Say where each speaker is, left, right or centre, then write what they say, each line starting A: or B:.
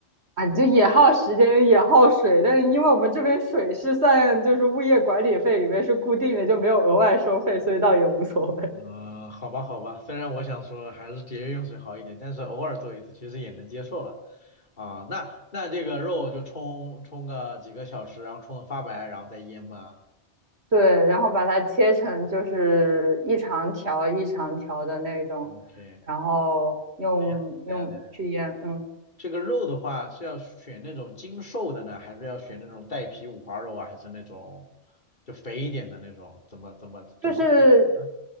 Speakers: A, on the right; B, on the left.
A: 啊，就也耗时间，也耗水，但是因为我们这边水是算就是物业管理费里面是固定的，就没有额外收费，所以倒也无所谓。
B: 嗯，好吧，好吧，虽然我想说还是节约用水好一点，但是偶尔做一次其实也能接受了。啊，那那这个肉就冲冲个几个小时，然后冲的发白，然后再腌吗
A: <laughs> 对，然后把它切成就是一长条一长条的那种，
B: ？OK，
A: 然后用用去腌，
B: 等一下，等一下，等一下，
A: 嗯。
B: 这个肉的话是要选那种精瘦的呢，还是要选那种带皮五花肉啊，还是那种就肥一点的那种？怎么怎么怎么个选呢？
A: 就是